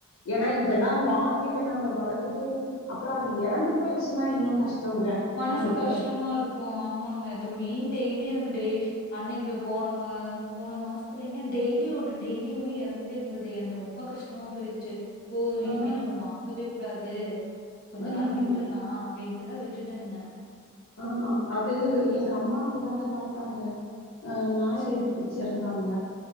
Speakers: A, on the left; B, on the left.
A: ஏன்னா
B: ஆமா.
A: இதெல்லா வாங்கிட்டு நம்ம வளத்துட்டு அப்றோ அது எறந்து போயிருச்சுன்னா இன்னு கஷ்டங்க
B: மனசு
A: நமக்கு
B: கஷ்டமா இருக்கு ஆமாங்க இப்போ மீன் டெய்லி எனக்கு டே அன்னைக்கு போன போன மாசத்துலங்க டெய்லி ஒண்ணு டெய்லி ஒண்ணு எறந்துட்டே இருந்தது எனக்கு ரொம்ப கஷ் கஷ்டமா போயிருச்சு போது இனிமே
A: ஆஹ்
B: நம்ம வாங்கவே கூடாது கொஞ்ச
A: ஆஹ்
B: நாள் விட்டுரலா அப்டின்ட்டுதா விட்டுட்டேனுங்க
A: ஆமா அது எங்க அம்மா அப்டித்தாங்க வளத்தாங்க அ நாய்
B: சரி,
A: வள ச்சுருந்தாங்க